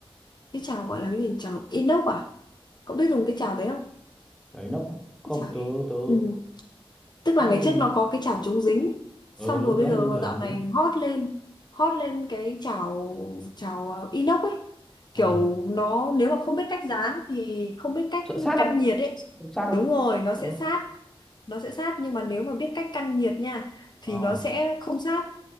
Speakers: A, on the left; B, in the centre.
A: cái chảo gọi là cái gì chảo inox à cậu biết dùng cái chảo đấy không
B: đấy nấp à? không
A: Chả-
B: tớ tớ
A: Ừ. Tức là
B: hay
A: ngày
B: dùng
A: trước nó có cái chảo chống dính
B: ừ
A: xong
B: đúng
A: rồi bây
B: tớ hay
A: giờ
B: dùng chảo
A: dạo
B: chống
A: này
B: dính
A: hot lên hot lên cái chảo chảo ờ, inox ấy
B: ờ
A: kiểu nó nếu mà không biết cách dán thì không biết cách
B: sợ sát
A: căn
B: không
A: nhiệt ấy
B: Không sát đâu
A: đúng rồi nó
B: ờ
A: sẽ sát nó sẽ sát nhưng mà nếu mà biết cách căn nhiệt nha thì
B: ờ
A: nó sẽ không sát